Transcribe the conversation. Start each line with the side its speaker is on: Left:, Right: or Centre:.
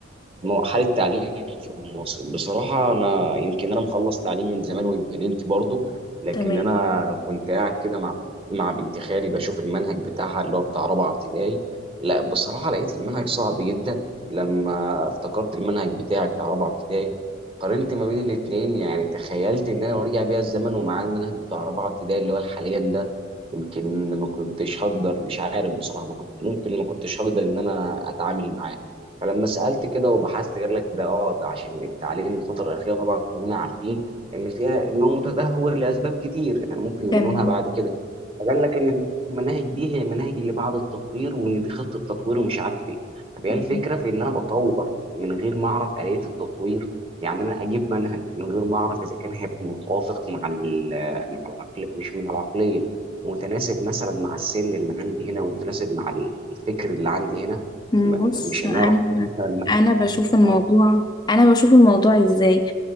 Right: حالة التعليم في مصر بصراحة أنا يمكن أنا مخلص تعليم من زمان ويمكن أنت برضه لكن
Left: تمام
Right: أنا كنت قاعد كده مع مع بنت خالي بشوف المنهج بتاعها اللي هو بتاع رابعة ابتدائي لا بصراحة لقيت المنهج صعب جدا لما افتكرت المنهج بتاعي بتاع رابعة ابتدائي قارنت ما بين الاتنين يعني تخيلت إن أنا لو رجع بيا الزمن ومعاه المنهج بتاع رابعة ابتدائي اللي هو حاليا ده يمكن ما كنتش هقدر مش عارف بصراحة ما كنت ممكن ما كنتش هقدر إن أنا أتعامل معاه فلما سألت كده وبحثت قال لك ده اه ده عشان التعليم الفترة الأخيرة طبعا كلنا عارفين إن فيها إن هو متدهور لأسباب كتير يعني ممكن نجنونها
Left: تمام
Right: بعد كده فقال لك ان المناهج دي هي المناهج اللي بعد التطوير وان دي خطه تطوير ومش عارف ايه طب هي
Left: مم.
Right: الفكره في ان انا بطور من غير ما اعرف اليه التطوير يعني انا اجيب منهج من غير ما اعرف اذا كان هيبقى متوافق مع ال- مع العقليه مش مع العقليه متناسب مثلا مع السن اللي عندي هنا ومتناسب مع الفكر اللي عندي هنا
Left: مم،
Right: م-
Left: بص
Right: مش ان
Left: انا
Right: انا اروح أجيب مثلاً منهج-
Left: انا بشوف الموضوع
Right: آه،
Left: انا بشوف الموضوع ازاي